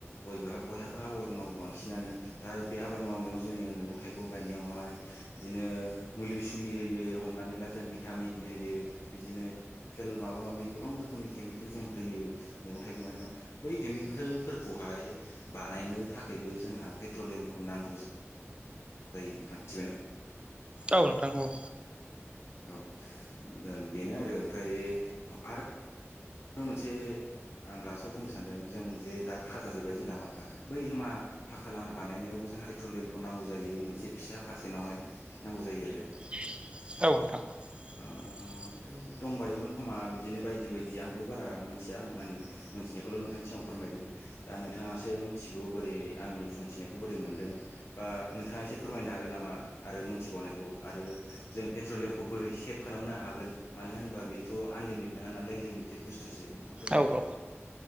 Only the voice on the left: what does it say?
बयबो बयहाबो आबाद मावो बांसिनानो। दा बे आबाद मावनायाव जोङो मैगं थाइगं गायनायावहाय बिदिनो मुलि सुलि होयो हमनानै ला जों भिटामिन होयो बिदिनो केल माबा माबि गोबां रोखोमनि केमिकेल जों होयो मैगं थाइगं गायनायाव बै केमिकेलफोरखौहाय बानायनो थाखायबो जोंहा पेट्रलियामखौ नांगौ जायो नोंथां मिथिबायना।
औ ओं बेनो आरो ओमफ्राय आर मोनसे आं लास्टआव बुंनो सानदों जों जे दा फाखा जाजोबबाय जे लामाफ्रा बै लामा फाखा लामा बानायनायावबो जोंहा पेट्रलियामखौ नांगौ जायो मोनसे फिसा पारसेन्टावहाय नांगौ जायो आरो।
ओ ओमफ्राय दंबायोमोन खोमा बिदिनो बायदि बायदि आंबो बारा मिथिया आं आंनि मोनथिनायखौल नोंथांनि सिगाङाव फोरमायदों दा नोंथाङासो मिथिसिगौ बोरै आंनि बुंथिनायखौ बोरै मोनदों? बा नोंथाङा एसे फोरमायनो हागोन नामा आरो मोनथिबावनायखौ आरो जों पेट्रलियामखौ बोरै सेभ खालामनो हागोन मानो होनबा बेथ आनलिमिट नङा नालाय लिमिटेद बुस्थुसो नोंथाङा फोरमायनो
हागोन